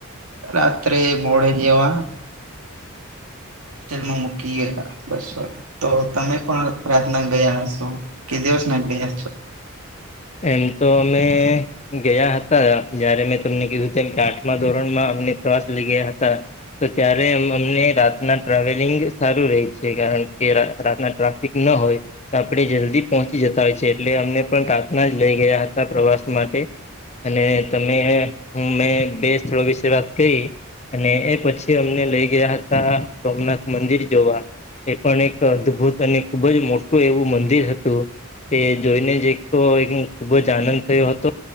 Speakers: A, on the right; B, on the left.
A: રાત્રે મોડે જેવા હોસ્ટેલમાં મૂકી ગયેલા બસ વાળા તો તમે પણ રાતના ગયા હશો કે દિવસ ના ગયા છો
B: એમ તો અમે ગયા હતા જયારે મેં તમને કીધું તેમ કે આઠમા ધોરણમાં અમને પ્રવાસ લઇ ગયા હતા. તો ત્યારે અમને રાતના ટ્રાવેલિંગ સારું રે છે, કારણ કે રા રાતના ટ્રાફિક ના હોય તો આપે જલ્દી પહોંચી જતા હોય છે એટલે અમને પણ ના જ લઈ ગયા હતા પ્રવાસ માટે અને તમે હું મેં બે સ્થળો વિશે વાત કરી અને એ પછી અમને લઈ ગયા હતા સોમનાથ મંદિર જોવા એ પણ એક અદભુત અને ખુબ જ મોટું એવું મંદિર હતું તે જોઈને જ તો એક ખુબ જ આનંદ થયો હતો.